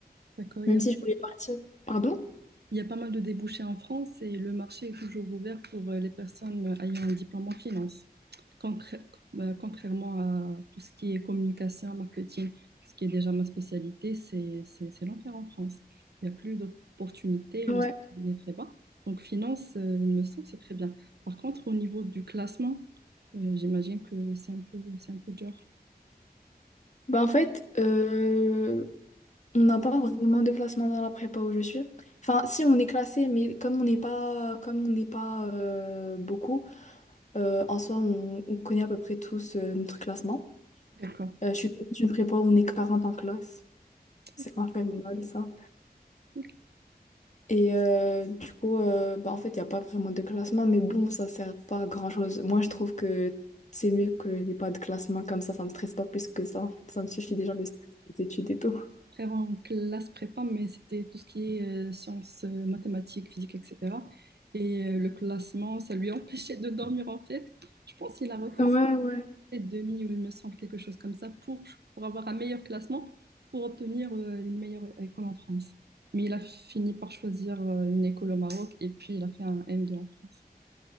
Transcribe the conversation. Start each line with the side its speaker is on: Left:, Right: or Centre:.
Right: D'accord. Il
Left: Même
Right: y a
Left: si je voulais partir. Pardon?
Right: Il y a pas mal de débouchés en France et le marché est toujours ouvert pour euh, les personnes ayant un diplôme en finance, Concr- euh, contrairement à tout ce qui est communication, marketing, ce qui est déjà ma spécialité, c'est, c'est, c'est l'enfer en France. Il n'y a plus d'opportunités, le
Left: Ouais.
Right: salaire est très bas. Donc finance, euh, il me semble, c'est très bien. Par contre, au niveau du classement, euh, j'imagine que c'est un peu, c'est un peu dur.
Left: Bah en fait, euh, On n'a pas vraiment de classement dans la prépa où je suis. Enfin, si on est classé, mais comme on n'est pas, comme on n'est pas euh, beaucoup, euh, en soi, on, on connaît à peu près tous euh, notre classement.
Right: D'accord.
Left: Euh, je suis pas dans une prépa où on est 40 en classe. C'est
Right: D'accord.
Left: infernal, ça.
Right: Ok.
Left: Et euh, du coup, euh, bah, en fait, il n'y a pas vraiment de classement, mais bon, ça sert pas à grand-chose. Moi, je trouve que c'est mieux que n'y ait pas de classement comme ça. Ça me stresse pas plus que ça. Ça me suffit déjà le stress des études et tout.
Right: après en classe prépa, mais c'était tout ce qui est euh, sciences, euh, mathématiques, physique, etc. Et euh, le classement, ça lui <laughs> empêchait de dormir en fait. Je pense qu'il a repassé
Left: Ouais, ouais.
Right: demi ou il me semble quelque chose comme ça pour, pour avoir un meilleur classement, pour obtenir euh, une meilleure école en France. Mais il a fini par choisir euh, une école au Maroc et puis il a fait un M2 en France.